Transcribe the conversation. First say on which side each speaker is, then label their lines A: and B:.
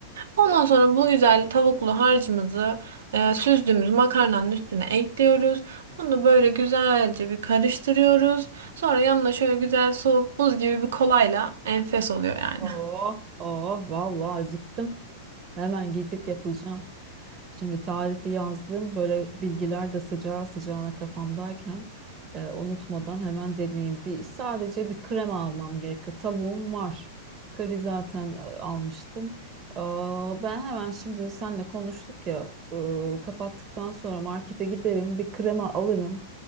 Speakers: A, on the right; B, on the right.
A: Ondan sonra bu güzel tavuklu harcımızı e, süzdüğümüz makarnanın üstüne ekliyoruz. Bunu böyle güzelce bir karıştırıyoruz. Sonra yanına şöyle güzel soğuk buz gibi bir kolayla enfes oluyor yani.
B: Oh, oh, vallahi acıktım. Hemen gidip yapacağım. Şimdi tarifi yazdım. Böyle bilgiler de sıcağı sıcağına kafamdayken e, unutmadan hemen deneyeyim. Bir, sadece bir krema almam gerekiyor. Tavuğum var. Köri zaten e, almıştım. Aa, ben hemen şimdi senle konuştuk ya e, kapattıktan sonra markete giderim. Bir krema alırım.